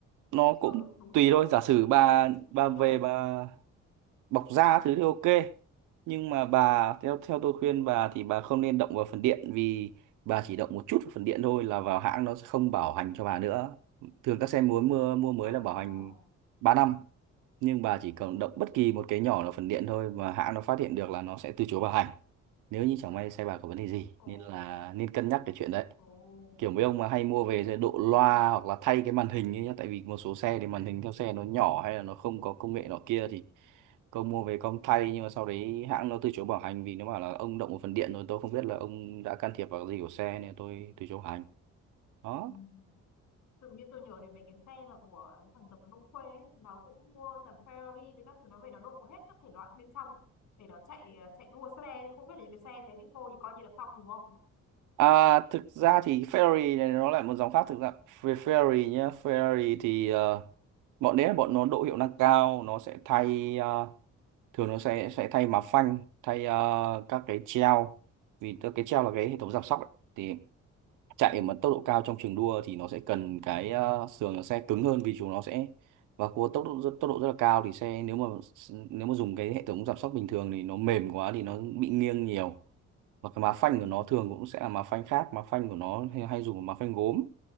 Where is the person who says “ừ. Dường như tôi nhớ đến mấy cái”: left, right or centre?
Left